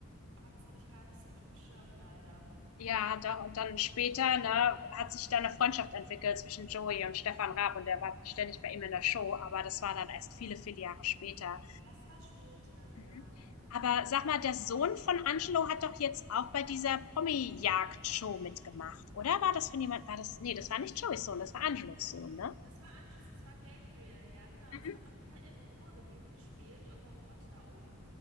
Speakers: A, on the right; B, on the left.
A: aber das habe ich gar nicht so auf dem Schirm leider.
B: Ja, doch. Und dann später, ne, hat sich da eine Freundschaft entwickelt zwischen Joey und Stefan Raab und der war ständig bei ihm in der Show, aber das war dann erst viele, viele Jahre später.
A: Das war später, ja.
B: Mhm. Aber sag mal, der Sohn von Angelo hat doch jetzt auch bei dieser Promi-Jagd-Show mitgemacht, oder? War das von jemand, war das, nee, das war nicht Joeys Sohn, das war Angelos Sohn, ne?
A: Das war Anjus, das war Gabriel, ja, genau.
B: Mhm.
A: Das hat auch hier im Ruhrgebiet gespielt, irgendwo im Pott da oben.